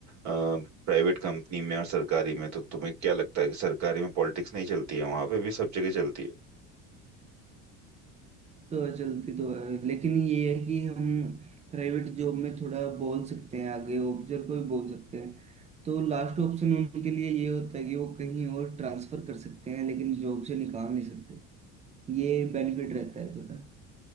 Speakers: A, on the right; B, on the right.
A: प्राइवेट कंपनी में और सरकारी में तो तुम्हें क्या लगता है कि सरकारी में पॉलिटिक्स नहीं चलती है वहां पे भी सब जगह चलती है
B: तो चलती तो है लेकिन ये है कि हम प्राइवेट जॉब में थोड़ा बोल सकते हैं आगे ऑफिसर को भी बोल सकते हैं तो लास्ट ऑप्शन उनके लिए ये होता है कि वो कहीं और ट्रांसफर कर सकते हैं लेकिन जॉब से निकाल नहीं सकते ये बेनिफिट रहता है थोड़ा